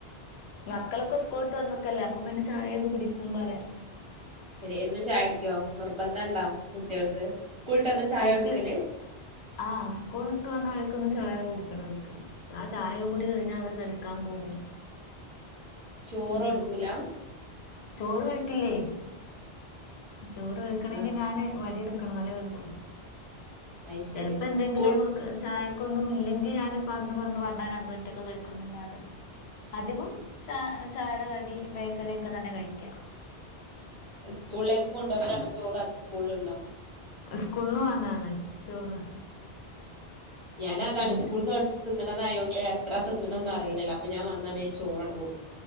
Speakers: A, on the left; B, on the right.
A: മക്കളൊക്കെ സ്കൂളിട്ട് വന്നൊക്കല്ലേ അപ്പൊ പിന്നെ ചായ ഒന്ന് കുടിക്കുംമ്പറയാം
B: ശരി എന്നും ചായടിക്കുവോ നിർബന്ധം ഉണ്ടോ കുട്ടികൾക്ക് സ്കൂൾ വിട്ട് വന്നാ ചായ
A: കുട്ടി
B: കൊടുക്കല്
A: ആഹ സ്കൂളട്ട് വന്നാ അവക്കൊന്ന് ചായ കുടിക്കണം അവക്ക് ആഹ് ചായ കുടി കഴിഞ്ഞാ അവര് കളിക്കാൻ പോകും
B: ചോറ്
A: ഉം
B: കോടുക്കൂല്ലാ
A: ചോറ് കഴിക്കില്ലേ ചോറ് കഴിക്കണെങ്കി
B: ആഹ്
A: ഞാന് വടിയെടുക്കണം എന്നാലെ കഴിക്കു
B: അത് ശരി
A: ചിലപ്പോ എന്തെങ്കിലുംമൊക്കെ
B: സ്കൂൾ
A: ചായക്കൊന്നും ഇല്ലെങ്കി ഞാനും പറഞ്ഞ് പറഞ്ഞ് പറഞ്ഞ് രണ്ട് വറ്റൊക്കെ കഴിക്കുന്നല്ലാതെ അധികം ച ചായേടെ കടി ബേക്കറി ഒക്കെ തന്നെയാ കഴിക്കാ
B: സ്കൂളിലേക്ക് കൊണ്ടുപോവാനാണ് ചോറ് അത് സ്കൂളിലുണ്ടാ
A: സ്കൂളുന്നു വാങ്ങാണ് ചോറ്
B: ഞാനാ അതാണ്
A: ഉം
B: സ്കൂളന്ന് തിന്നണതായോണ്ട് എത്ര തിന്നണന്ന് അറിയില്ലല്ലോ അപ്പ ഞാൻ വന്നാ വേം ചോറ് അങ്ങോട്ട് കോടുക്കും